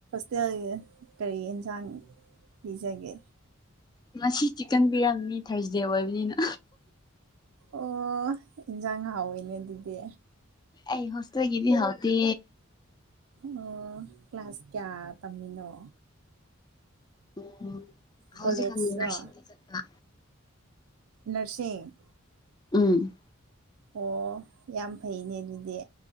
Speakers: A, on the right; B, on the left.
A: ꯂꯩꯌꯦ ꯀꯔꯤ ꯑꯦꯟꯁꯥꯡ ꯄꯤꯖꯒꯦ
B: ꯉꯁꯤ ꯆꯤꯛꯀꯟ ꯄꯤꯔꯝꯅꯤ ꯊꯥꯔꯁꯗꯦ ꯑꯣꯏꯕꯅꯤꯅ
A: ꯑꯣ ꯏꯟꯖꯥꯡ ꯍꯥꯎꯋꯦꯅꯦ ꯑꯗꯨꯗꯤ
B: ꯑ ꯍꯣꯁꯇꯦꯜꯒꯤꯗꯤ ꯍꯥꯎꯇꯦ
A: ꯑꯣ ꯀ꯭ꯂꯥꯁ ꯀꯌꯥ ꯇꯝꯃꯤꯅꯣ
B: ꯎ ꯍꯧꯎꯖꯤꯛ
A: ꯀꯣꯂꯦꯖꯔꯣ
B: ꯑꯃꯨꯛ ꯅꯔꯁꯤꯡꯒꯤ ꯆꯠꯄꯥ
A: ꯅ꯭ꯔꯁꯤꯡ
B: ꯎꯝ
A: ꯑꯣ ꯌꯥꯝ ꯐꯩꯅꯦ ꯑꯗꯨꯗꯤ